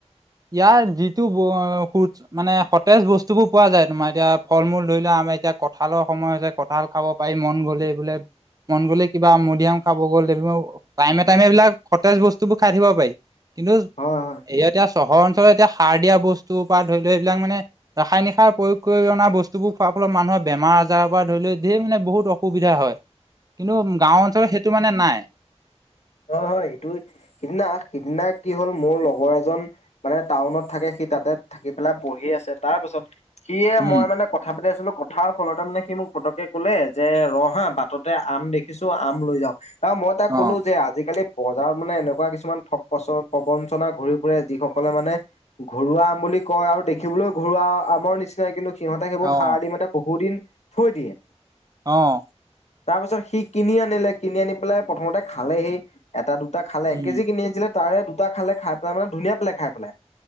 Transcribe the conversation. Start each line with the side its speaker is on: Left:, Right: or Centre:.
Right: ইয়াৰ যিটো সু মানে সতেজ বস্তু বোৰ পোৱা যায়, তোমাৰ এতিয়া ফল -মূল ধৰি লোৱা আম এতিয়া কঁঠালৰ সময় হৈছে কঠাঁল খাব পাৰি মন গ'লে বোলে, মন গ'লে কিবা মধুৰিয়াম খাব গ'ল। প্ৰায়ে <unintelligible> এইবিলাক সতেজ বস্তুবোৰ খাই থাকিব পাৰি, কিন্তু,
Left: হয় হয়
Right: ইয়াতে চহৰ অঞ্চলত এতিয়া সাৰ দিয়া বস্তু পৰা ধৰি লোৱা এইবিলাক মানে ৰাসায়নিক সাৰ প্ৰয়োগ কৰি অনা বস্তুবোৰ খোৱাৰ ফলত মানুহৰ বেমাৰ আজাৰৰ পৰা ধৰি লোৱা ধেৰ মানে বহুত অসুখ সুবিধা হয়। কিন্তু গাওঁ অঞ্চলত সেইটো মানে নাই।
Left: হয়, হয়। এইটো, সিদিনা সিদিনা কি হ'ল মোৰ লগৰ এজন মানে টাউনত থাকে সি তাতে থাকি পেলাই পঢ়ি আছে। তাৰ পাছত সিয়ে
Right: উম,
Left: মই মানে ক কথা পাতি আছিলোঁ কথাৰ ফলতে মানে সি মোক পতকে কলে যে ৰ হা বাটতে আম দেখিছোঁ আম লৈ যাওঁ অ', মই তাক
Right: অ',
Left: ক'লো যে আজিকালি বজাৰত মানে এনেকুৱা কিছুমান ঠগ পচ প্ৰবঞ্চনা ঘূৰি ফুৰে যিসকলে মানে ঘৰুৱা আম বুলি কয় আৰু দেখিবলৈও ঘৰুৱা আমৰ নিচিনাই কিন্তু সিহঁতে সেইবোৰ
Right: অ',
Left: খাৰ দি মানে বহুত দিন, থৈ দিয়ে
Right: অ',
Left: তাৰ পিছত সি কিনি আনিলে কিনি আনি পেলাই প্ৰথমতে খালে সি এটা দুটা খালে
Right: উম,
Left: এক কেজি কিনি আনিছিলে তাৰে দুটা খালে খাই পেলাই মানে ধুনীয়া পালে খাই পেলাই।